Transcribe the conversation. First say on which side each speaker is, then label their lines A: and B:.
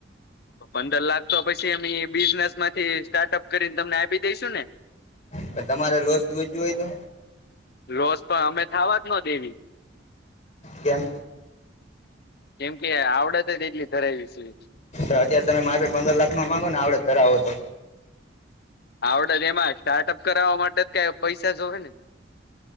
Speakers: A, on the left; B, on the left.
A: પંદર લાખ તો પછી અમે બિઝનેસ માંથી સ્ટાર્ટઅપ કરીને તમને આપી દઈશુ ને?
B: પણ તમારે લોસ જુઈતી હોય તો?
A: રોસ પણ અમે થાવા જ ન દેવી.
B: કેમ?
A: કેમ કે આવડત જ એટલી ધરાવી છે
B: અત્યારે તમે મા પંદર લાખ નો માંગો ન આપ ઘર આવો તો.
A: આવડે જ એમાં સ્ટાર્ટઅપ કરાવવા માટે કઈ પૈસા જોહે ને.